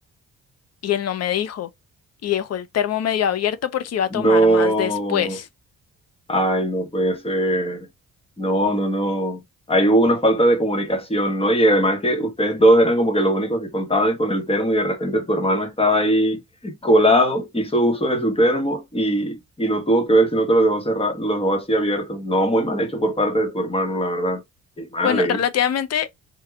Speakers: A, on the left; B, on the left.
A: y él no me dijo y dejó el termo medio abierto porque iba a
B: No.
A: tomar más después.
B: Ay, no puede ser. No, no, no. Ahí hubo una falta de comunicación, ¿no? Y además que ustedes dos eran como que los únicos que contaban con el termo y de repente tu hermano estaba ahí colado, hizo uso de su termo y, y no tuvo que ver, sino que lo dejó cerrado, lo dejó así abierto. No, muy mal hecho por parte de tu hermano, la verdad. Qué mal,
A: Bueno,
B: ¿eh?
A: relativamente